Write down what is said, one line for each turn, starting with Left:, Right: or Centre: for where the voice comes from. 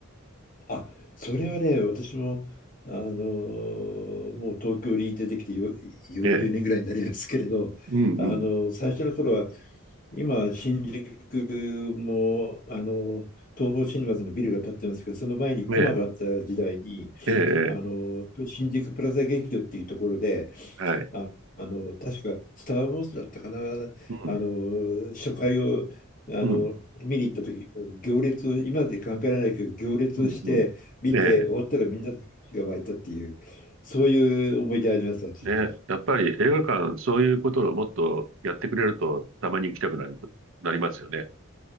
Left: あ、それはね、私も、あのーもう東京に出てきてよ40年ぐらいになりますけれど、
Right: ええ。うんうん。
Left: あのー最初の頃は、今、新宿も、あのー東宝シネマズのビルが建ってますけど、その前にコマがあった時代に、
Right: ええ、ええ、え
Left: あのー新宿プラザ劇場っていうところで、
Right: えはい。
Left: あ、あの、確か、スター・ウォーズだったかな、
Right: うん、
Left: あの、初回を、あの、
Right: うん、
Left: 見に行った時、もう行列を、今まで考えられないけど、行列をして、
Right: うん、うん。
Left: 見て、
Right: ええ、
Left: 終わったらみんなの拍手が湧いたっていう、そういう思い出あります、私も。
Right: ね。やっぱり映画館、そういうことをもっとやってくれると、たまに行きたくなる、なりますよね。